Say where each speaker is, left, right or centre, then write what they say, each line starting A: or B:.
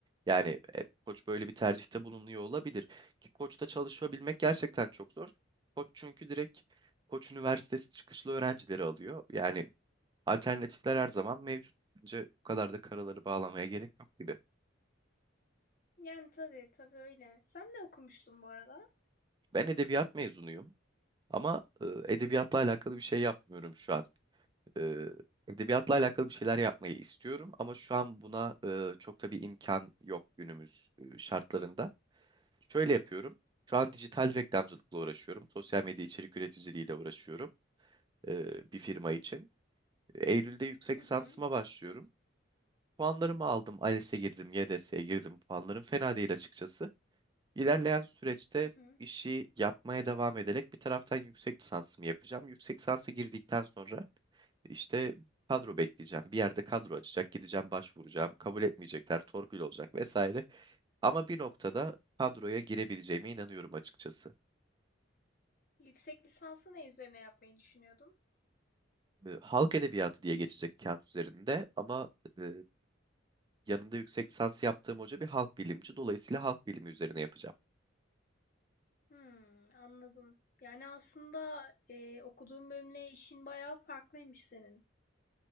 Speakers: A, on the right; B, on the left.
A: Yani e, koç böyle bir tercihte bulunuyor olabilir. Ki koçta çalışabilmek gerçekten çok zor. Koç çünkü direkt koç üniversitesi çıkışlı öğrencileri alıyor. Yani alternatifler her zaman mevcut. Bence bu kadar da karaları bağlamaya gerek yok gibi.
B: Yani tabii tabii öyle. Sen ne okumuştun bu arada?
A: Ben edebiyat mezunuyum ama e, edebiyatla alakalı bir şey yapmıyorum şu an. e, edebiyatla alakalı bir şeyler yapmayı istiyorum ama şu an buna e, çok da bir imkan yok günümüz e, şartlarında. Şöyle yapıyorum. Şu an dijital reklamcılıkla uğraşıyorum. Sosyal medya içerik üreticiliğiyle uğraşıyorum e, bir firma için. Eylül'de yüksek
B: Hı
A: lisansıma
B: hı.
A: başlıyorum. Puanlarımı aldım. ALES'e girdim, YDS'e girdim. Puanlarım fena değil açıkçası. İlerleyen süreçte
B: Hı hı.
A: işi yapmaya devam ederek bir taraftan yüksek lisansımı yapacağım. Yüksek lisansa girdikten sonra işte kadro bekleyeceğim. Bir yerde kadro açacak. Gideceğim başvuracağım. Kabul etmeyecekler. Torpil olacak vesaire. Ama bir noktada kadroya girebileceğime inanıyorum açıkçası.
B: Yüksek lisansı ne üzerine yapmayı düşünüyordun?
A: E, Halk edebiyatı diye geçecek kağıt üzerinde ama e, yanında yüksek lisans yaptığım hoca bir halk bilimci. Dolayısıyla halk bilimi üzerine yapacağım.
B: Hmm, anladım. Yani aslında e, okuduğun bölümle işin bayağı farklıymış senin.